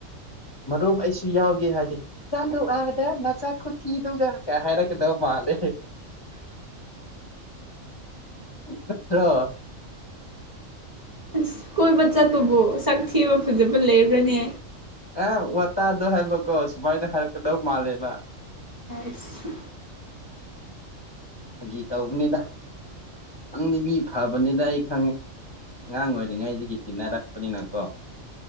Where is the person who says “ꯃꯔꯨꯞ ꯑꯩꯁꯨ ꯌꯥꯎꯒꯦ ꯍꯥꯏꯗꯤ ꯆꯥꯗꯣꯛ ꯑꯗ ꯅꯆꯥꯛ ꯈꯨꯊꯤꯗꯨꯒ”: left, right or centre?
Left